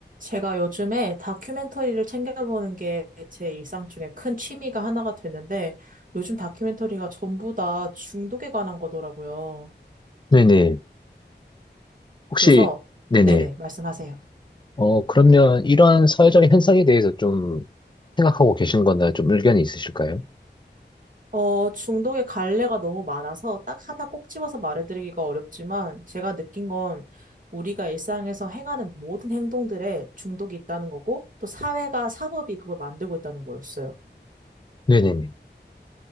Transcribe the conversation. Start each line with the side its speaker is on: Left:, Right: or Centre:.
Right: 제가 요즘에 다큐멘터리를 챙겨보는 게 제 일상 중에 큰 취미가 하나가 됐는데 요즘 다큐멘터리가 전부 다 중독에 관한 거더라고요.
Left: 네네. 혹시,
Right: 그래서
Left: 네네.
Right: 네네, 말씀하세요.
Left: 어, 그러면 이런 사회적인 현상에 대해서 좀 생각하고 계신 거나 좀 의견이 있으실까요?
Right: 어, 중독의 갈래가 너무 많아서 딱 하나 꼭 집어서 말해드리기가 어렵지만 제가 느낀 건 우리가 일상에서 행하는 모든 행동들에 중독이 있다는 거고 또 사회가 산업이 그걸 만들고 있다는 거였어요.
Left: 네네네.